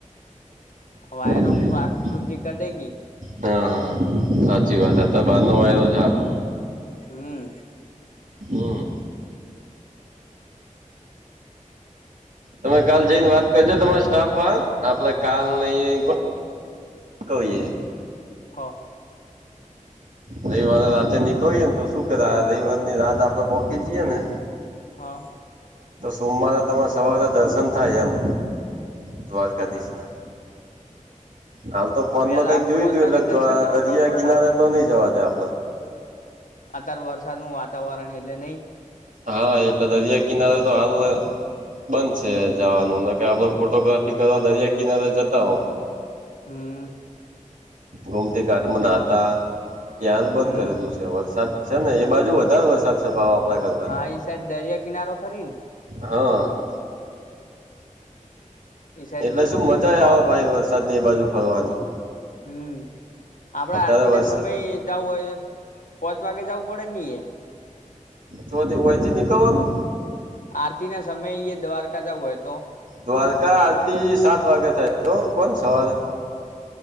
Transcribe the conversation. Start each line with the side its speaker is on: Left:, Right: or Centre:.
Left: <unintelligible>
Right: વાયરો હા હા સાચી વાત ત બાર નો વાયલો સારો.
Left: હમ.
Right: હમ. તમે કાલ જઈને વાત કરજો તમારા સ્ટાફ વા આપડે કાલ
Left: હા
Right: નઈ કઈએ.
Left: હા.
Right: રવિવારે રાતે નીકળીએ ને તો શું કરે રવિવાર ની રાત આપડે પહોકી જઈએે ને.
Left: હા.
Right: તો સોમવારે તરે સવારે દર્શન થાય એમ દ્વારકાધીશ ના. હાલ તો ફોન
Left: વેલા
Right: માં કઈક જોયું
Left: પોચ
Right: તું
Left: વાગે
Right: એટલે
Left: દર્શન કરવા
Right: દરિયા
Left: જવું પડે
Right: કિનારે
Left: ને આપડે
Right: તો નઈ જવા દે આપડને.
Left: અત્યારે વરસાદ ન વાતાવરણ એટલે નહી
Right: હા એટલે દરિયા કિનારે તો હાલ બંધ છે જવાનું ન ક આપડ ફોટોગ્રાફી કરવા દરિયા કિનારે જતા હોમ.
Left: હમ.
Right: ગોમતી ઘાટમાં નાતા એ હાલ બંધ
Left: હમ
Right: કરેલું છે. વરસાદ છે ને એ બાજુ વધારે વરસાદ પાછો આપડા કરતા
Left: હા ઈ સાઈડ દરિયા કિનારો ખરી ને.
Right: હા.
Left: એ સાઈડ
Right: એટલે શું મજા આવે
Left: વાહ
Right: ભાઈ વરસાદ ની એ બાજુ ફરવાની.
Left: હમ આપડા
Right: અત્યારે
Left: આરતી
Right: વરસાદ
Left: ના સમય જવું હોય પોંચ વાગે જવું પડે નઈ એ
Right: ચોથી અહીંથીં નિકળવાનું.
Left: આરતી ના સમયે એ દ્વારકા જવું હોય તો?
Right: દ્વારકા આરતી સાત વાગે થાય તો કોણ સવારે.